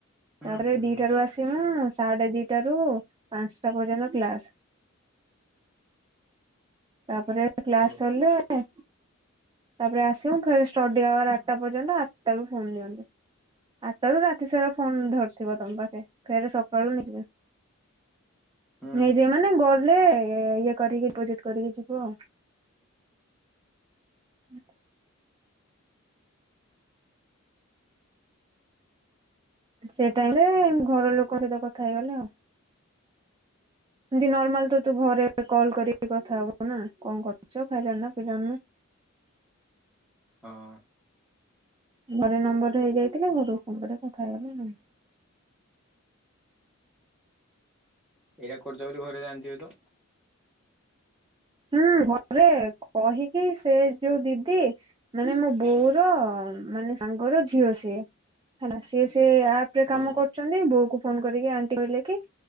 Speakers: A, in the centre; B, on the right (about 20°).
A: ହୁଁ
B: ତାପରେ
A: ହୁଁ
B: ଦିଟା
A: ହୁଁ
B: ରୁ ଆସିମୁ ସାଢେ ଦିଟ ରୁ ପାଶନ୍ଟା ପଯ୍ୟନ୍ତ କ୍ଲାସ। ତାପରେ କ୍ଲାସ
A: ଓହୋ
B: ସରିଲେ ତାପରେ ଆସିମୁ ଫେର ଷ୍ଟଡି ଆୱାର ଆଠଟା ପର୍ଯ୍ୟନ୍ତ ଆଠଟା ରୁ ଫୋନ ଦିଅନ୍ତି ଆଠଟା ରୁ ରାତି ସାରା ଫୋନ ଧରିଥିବ ତମେ ଫେର ସକାଳୁ ନେଇଯିବେ
A: ହୁଁ
B: ନେଇଯିବ ମାନେ ଗଲେ ଇଏ କରିକି ଡିପୋଜିଟ କରିକି ଯିବ ଆଉ। <inaudible> ସେ ଟାଇମରେ ଘର ଲୋକ ସହିତ କଥା ହେଇଗଲେ ଆଉ। ଏମତି ନର୍ମାଲ ତ ତୁ ଘରେ କଲ କରିକି କଥା ହବୁ ନା କଣ କରୁଛ ଖାଇଲ୍ନନା ପିଲ୍ନନା।
A: ହଁ
B: ଘରେ ନମ୍ବରରେ ହେଇ ଯାଇଥିଲେ ଘରକୁ ଫୋନ ରି କଥା ହେଇଗଲେ ଆଉ।
A: ଏଇଟା କରୁଚ ବୋଲି ଘରେ ଜାଣିଥିବେ ତ?
B: ହୁଁ ଘରେ କହିକି ସେ ଯୋଉ ଦିଦି ମାନେ ମୋ ବୋଉର ମାନେ ସାଙ୍ଗର ଝିଅ ସିଏ ହେଲା ସିଏ ସେ ଆପ ରେ କାମ
A: ଓହୋ
B: କରୁଛନ୍ତି ବୋଉକୁ ଫୋନ କରିକି ଆଣ୍ଟି କହିଲେ କି